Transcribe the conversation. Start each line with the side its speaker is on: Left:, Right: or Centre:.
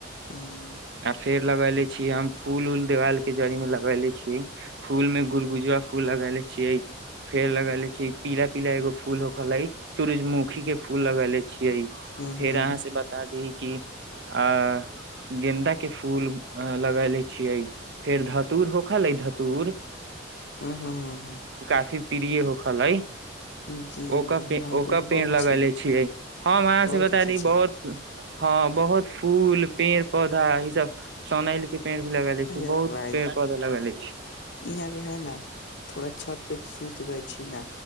Left: हँ
Right: आ फेर लगेले छीये हम फूल उऊल देवाल के जड़ी में लगेले छीये फूल में गुड़ गुजबा फूल लगेले छीिये फेर लगेले छी, पीला पीला एगो फूल हो गेलै सूरजमुखी के फूल लगेले छी। छियै
Left: हम्म,
Right: फेर
Left: हम्म,
Right: अहाँ से बता दी आ, गेन्दा के फूल लगेले छियै, फेर धतुर होखल है धतुर
Left: हँ हँ हँ हँ
Right: आ फर पीरिियए हो ख लइ
Left: जी,
Right: ओकर
Left: जी, हाँ,
Right: ओकर
Left: ओ बहुत
Right: पेड़ लगेले
Left: छी,
Right: छियै हम अहाँ
Left: बहुत
Right: से बता
Left: अच्छा
Right: दी
Left: छी।
Right: बहुत हँ बहुत फूल पेड़ पौधा ई सब सनैल के पेड़ भी लगेले छी
Left: अरे
Right: बहुत
Left: भइ
Right: पेड़ पौधा लगेले छी
Left: यहाँके है ने थोड़ा छत पे सुूत कहै छी ने